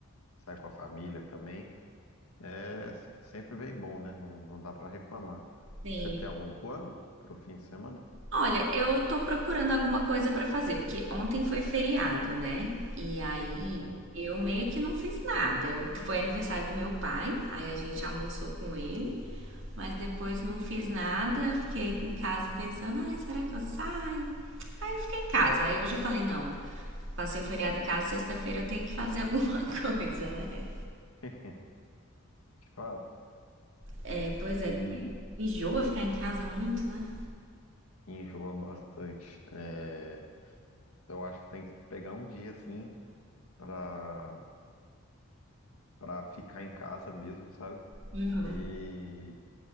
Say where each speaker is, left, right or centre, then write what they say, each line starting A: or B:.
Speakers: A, on the left; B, on the right.
A: sair com a família também. É s- sempre bem bom, né? Não, não dá pra reclamar.
B: Sim.
A: Você tem algum plano pro fim de semana?
B: Olha, eu tô procurando alguma coisa pra fazer, porque ontem foi feriado, né? E aí
A: Sim,
B: eu meio que não fiz nada. Eu, foi aniversário do meu pai, aí a gente almoçou com ele, mas depois não fiz nada. Fiquei em casa pensando, ai, será que eu saio? Aí eu fiquei em casa. Aí hoje eu falei, não, passei o feriado em casa, sexta-feira eu tenho que fazer alguma <laughs> coisa, né?
A: <laughs> de fato.
B: É, pois
A: E
B: é, porque enjoa ficar em casa muito, né?
A: enjoa bastante. É, eu acho que tem que pegar um dia assim. Pra pra ficar em casa mesmo, sabe?
B: Uhum.
A: E